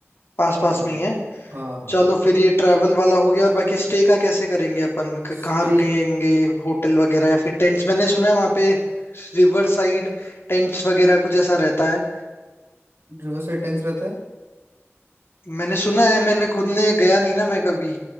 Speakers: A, on the left; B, on the right.
A: पास पास
B: हाँ।
A: में ही है
B: हाँ हाँ
A: चलो फिर ये ट्रैवल वाला हो गया और बाकी स्टे का कैसे करेंगे अपन क-
B: स्टेट
A: कहाँ रुकेंगे होटल वगैरह या फिर टेंट्स मैंने सुना है वहाँ पे रिवर साइड टेंट्स वगैरह कुछ ऐसा रहता है
B: रिवर साइड टेंस रहता है
A: मैंने सुना है मैंने खुद ने गया नहीं ना मैं कभी